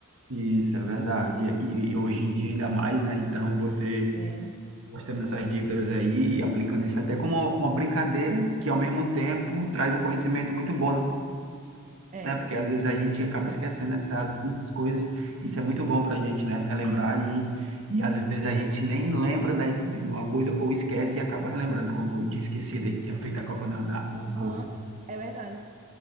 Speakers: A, on the right; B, on the right.
A: isso é verdade. E, e hoje em dia ainda mais, né? Então você
B: É,
A: mostrando essas dicas aí e aplicando isso até como uma uma brincadeira, que ao mesmo tempo traz um conhecimento muito bom,
B: é.
A: né? Porque às vezes a gente acaba esquecendo essas duas coisas. Isso é muito bom para a gente, né? Relembrar e, e às vezes a gente nem lembra, né, de uma coisa ou esquece e acaba relembrando, como eu tinha esquecido aí que tinha feito a Copa da, da
B: Aham.
A: Rússia.
B: É verdade.